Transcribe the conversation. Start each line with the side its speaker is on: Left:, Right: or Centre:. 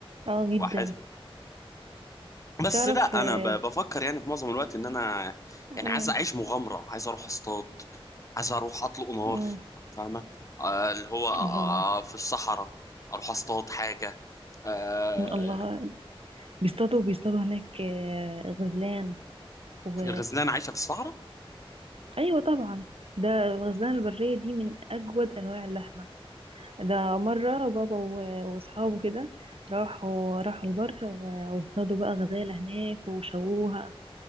Right: اه جدا
Left: واحد بس
Right: تعرف
Left: لا
Right: آه،
Left: انا ب- بفكر يعني في معظم الوقت ان انا يعني
Right: امم
Left: عايز اعيش مغامره عايز اروح اصطاد عايز اروح اطلق نار
Right: امم
Left: فاهمه آه، اللي هو آه،
Right: الله
Left: في الصحراء اروح اصطاد حاجه آه،
Right: م- الله بيصطادوا بيصطادوا هناك آه، غزلان و
Left: في الغزلان عايشه في الصحراء
Right: ايوه طبعا ده الغزلان البرية دي من اجود انواع اللحمة ده مرة بابا و- واصحابه كده راحوا راحوا البر و- واصطادوا بقى غزالة هناك وشووها